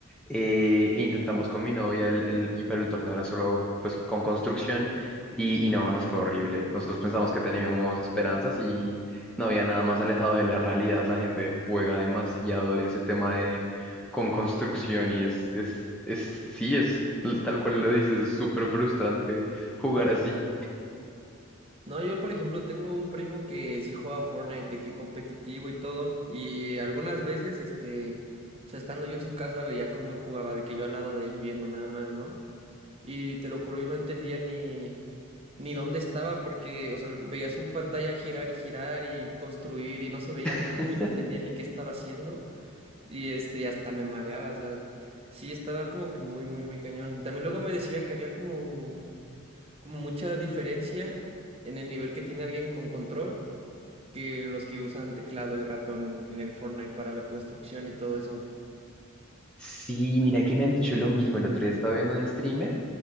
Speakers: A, in the centre; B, on the right.
A: eh, e intentamos con mi novia, el, el- y, pero el torneo era solo pues con construcción y, y no, nos fue horrible. Nosotros pensamos que teníamos esperanzas y no había nada más alejado de la realidad. La gente juega demasiado ese tema de con construcción y es, es, es, sí, es tal tal cual lo dices, es súper frustrante jugar así.
B: No, yo por ejemplo tengo un primo que sí juega Fortnite, de que competitivo y todo, y algunas veces, este, o sea, estando yo en su casa veía cómo él jugaba, de que yo al lado de él viendo nada más, ¿no? Y te lo juro, yo no entendía ni, ni dónde estaba, porque, o sea, veía su pantalla girar y girar y construir y no se veía
A: <laughs>
B: nada, yo no entendía ni qué estaba haciendo, y este, hasta me mareaba, o sea, sí estaba como que muy, muy, muy cañón. Y también luego me decía que había como como mucha diferencia en el nivel que tiene alguien con control que los que usan teclado y ratón en el Fortnite para la construcción y todo eso.
A: Sí, mira que me han dicho lo mismo. El otro día estaba viendo un streamer